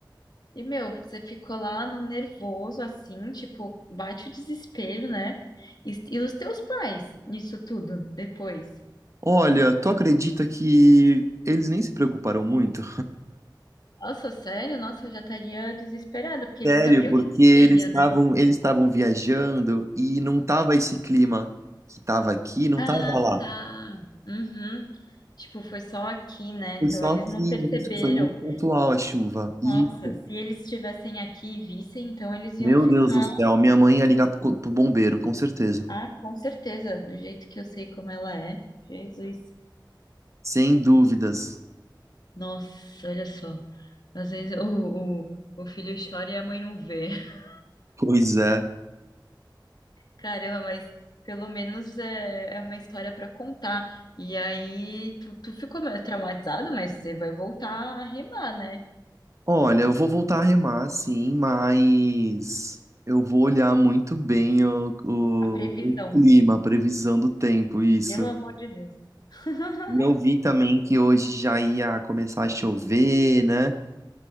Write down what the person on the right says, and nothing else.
Olha, tu acredita que eles nem se preocuparam muito?
Sério,
porque
eles
estavam
eles estavam viajando e não tava esse clima que tava aqui, não
tava lá.
Foi só
que
isso,
foi muito pontual a chuva. Isso.
Meu
Deus do céu, minha mãe ia ligar pro, co- pro bombeiro, com certeza.
Sem dúvidas.
Pois é.
Olha, eu vou voltar a remar, sim, mas eu vou olhar muito bem o, o-
o clima, a previsão do tempo, isso.
E Eu vi também que hoje já ia começar a chover, né?